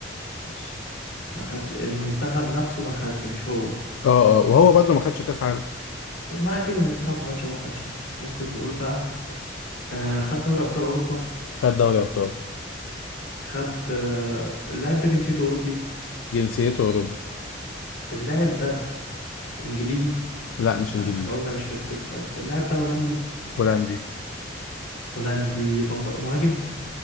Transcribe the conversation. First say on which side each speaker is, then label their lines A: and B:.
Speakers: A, on the left; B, on the left.
A: ماشي ما خدش المنتخب نفسه ما خدش مش هو
B: اه اه وهو برضه ما خدش كاس عالم
A: ما أكيد المنتخب ما خدش هو ما خدش بس ممكن نقول بقى آه خد دوري أبطال أوروبا
B: خد دوري ابطال
A: خد آه، اللاعب ده جنسيته أوروبي
B: جنسيته اوروبي
A: اللاعب ده إنجليزي
B: لا مش
A: يعني
B: انجليزي
A: احنا قلنا مش في التوب فايف اللاعب ده هولندي
B: هولندي
A: هولندي فان ب- مهاجم